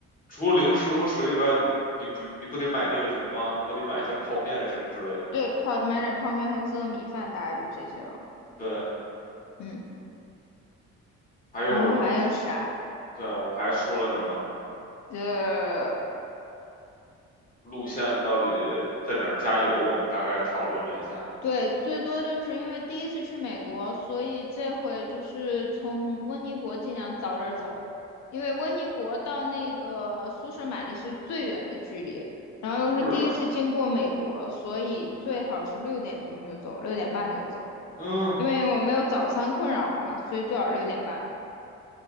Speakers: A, on the left; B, on the left.
A: 除了零食和水以外，你你不你不得买那个什么吗？不得买一些泡面什么之类的东西。
B: 对，泡买点泡面和自热米饭，大概就这些了。
A: 对，
B: 嗯，
A: 还有是，
B: 然后还有啥？
A: 对，我们还说了什么
B: 呃，
A: 路线到底在哪儿加油？我们大概讨论了一下。
B: 对，最多就是因为第一次去美国，所以这回就是从温尼伯尽量早点走，因为温尼伯到那个苏舍马利是最远的距离，然后又是第一次经过美国，
A: 是的，
B: 所以最好是六点钟就走，六点半就走，
A: 嗯，
B: 因为我没有早餐困扰了嘛，所以最好六点半。